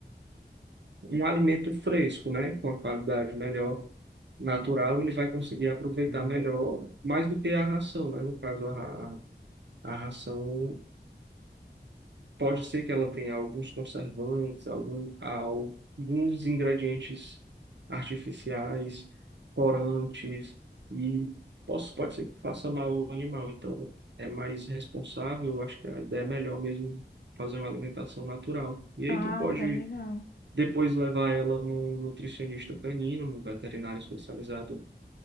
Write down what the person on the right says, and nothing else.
um alimento fresco, né? Com a qualidade melhor, natural, ele vai conseguir aproveitar melhor, mais do que a ração, né? No caso, a, a a ração. Pode ser que ela tenha alguns conservantes, algum, alguns ingredientes artificiais, corantes, e posso, pode ser que faça mal ao animal. Então, é mais responsável, eu acho que a ideia é melhor mesmo fazer uma alimentação natural. E aí
tu pode
depois levar ela num nutricionista canino, num veterinário especializado